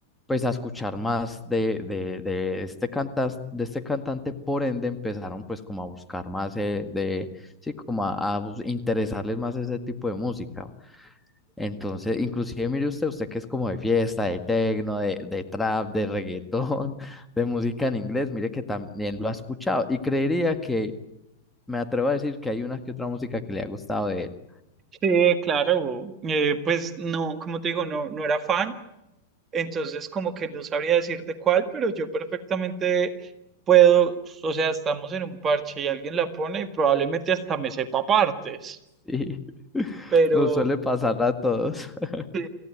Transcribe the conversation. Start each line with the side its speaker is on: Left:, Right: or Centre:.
Centre: pues a escuchar más de, de, de este cantas, de este cantante, por ende empezaron pues como a buscar más eh, de, sí, como a, a bus- interesarles más ese tipo de música. Entonces, inclusive mire usted, usted que es como de fiesta, de tecno, de, de trap, de reggaetón, <laughs> de música en inglés, mire que también lo ha escuchado y creería que me atrevo a decir que hay una que otra música que le ha gustado de él. <laughs>
Right: sí, claro. Eh, pues no, como te digo, no, no era fan, entonces como que no sabría decirte cuál, pero yo perfectamente puedo, o sea, estamos en un parche y alguien la pone y probablemente hasta me sepa partes,
Centre: Sí.
Right: pero
Centre: Nos suele pasar a todos. <laughs>
Right: Sí,